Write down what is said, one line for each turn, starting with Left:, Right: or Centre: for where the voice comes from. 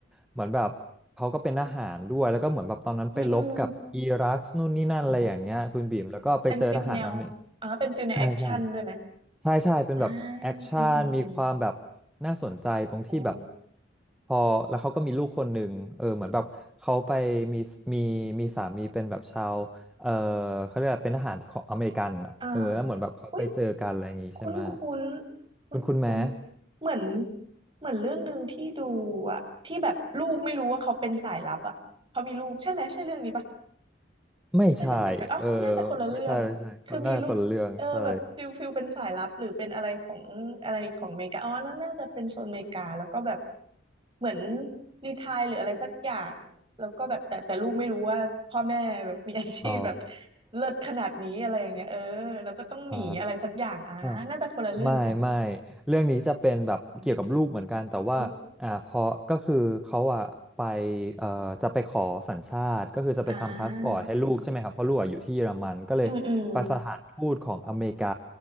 Centre: เหมือนแบบเขาก็เป็นทหารด้วยแล้วก็เหมือนแบบตอนนั้นไปรบกับอิรักนู่นนี่นั่นอะไรอย่างเงี้ยคุณบีมแล้วก็ไปเจอทหารอเมริก
Right: อืมอืมอ๋อเป็นฟิลแนวอ๋อเป็นฟิลแนวแอคชั่นด้วยไหม
Centre: ใช่ใช่ ใช่ใช่เป็นแบบแอคชั่นมีความแบบ
Right: อ่าอืมอืมอืม
Centre: น่าสนใจตรงที่แบบ
Right: โอ้
Centre: พอแล้วเขาก็มีลูกคนหนึ่งเออเหมือนแบบเขาไปมีมีมีสามีเป็นแบบชาวเออเขาเรียกว่าเป็นทหารของอเมริกันอะเออแล้วเหมือนแบบเขาไปเจอกันอะไรอย่างงี้ใช่ไหม
Right: อ่าอุ้ยคุ้นคุ้นคุ้นคุ้นๆเหมือน
Centre: คุณคุณแม้
Right: เหมือนเรื่องหนึ่งที่ดูอะที่แบบลูกไม่รู้ว่าเขาเป็นสายลับอะเขามีลูกใช่ไหม ใช่เรื่องนี้ปะ
Centre: ไม่ใช่เออ
Right: ใช่เรื่องเดียวกันอ๋อน่าจะคนละเรื่องคือมีลูกเออแบบฟิลฟิลเป็นสายลับหรือเป็นอะไรของอะไรของอเมริกาอ๋อนั่นน่าจะเป็นโซนอเมริกาแล้วก็แบบ
Centre: ไม่ใช่ไม่ใช่คนน่าจะคนละเรื่องใช่
Right: เหมือนรีไทร์หรืออะไรสักอย่างแล้วก็แบบแต่แต่ลูกไม่รู้ว่าพ่อแม่แบบมีอาชีพแบบ
Centre: อ๋อ
Right: เลิศขนาดนี้อะไรอย่างเงี้ยเออแล้วก็ต้องหนีอะไรสักอย่างอ่าน่าจะคนละเรื่องกัน
Centre: อ่าไม่ไม่เรื่องนี้จะเป็นแบบเกี่ยวกับลูกเหมือนกันแต่ว่าอ่าพอก็คือเขาอ่ะไป
Right: อืมโอ้
Centre: เอ่อจะไปขอสัญชาติก็คือจะไปทำพาสปอร์ตให้ลูกใช่ไหมครับเพราะลูกอะอยู่ที่เยอรมันก็เลยไปสถานทูตของอเมริกา
Right: อ่าอืมอืม